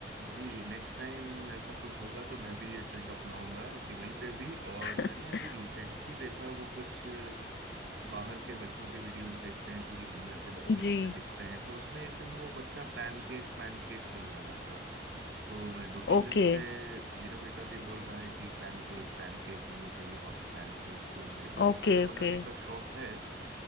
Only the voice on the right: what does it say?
जी नेक्स्ट टाइम ऐसा कुछ होगा तो मैं भी ये ट्रिक अपनाऊंगा सिवई पे भी और
मैंने अभी रिसेंटली देखा वो कुछ बाहर के बच्चों के वीडियोस देखते हैं पूरी दुनिया के बच्चे
उसमें दिखते हैं तो उसमें एक दिन वो बच्चा पैनकेक पैनकेक चिल्ला रहा था तो मैं दो तीन
दिन से मेरा बेटा भी बोल रहा है कि पैनकेक पैनकेक मुझे चाहिए पापा पैनकेक तो मेरे को तो
खाना बनाने
का शौक है